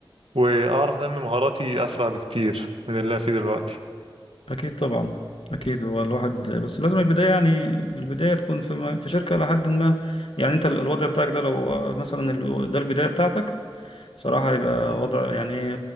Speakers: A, on the right; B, on the left.
A: واعرف انمي مهاراتي اسرع بكتير من اللي انا فيه دلوقتي
B: اكيد طبعا اكيد هو الواحد بس لازم البدايه يعني البدايه تكون في م- في شركه لحد ما يعني انت ال- الوضع بتاعك ده لو مثلا ال- ده البدايه بتاعتك صراحه يبقى
A: مم.
B: وضع يعني ايه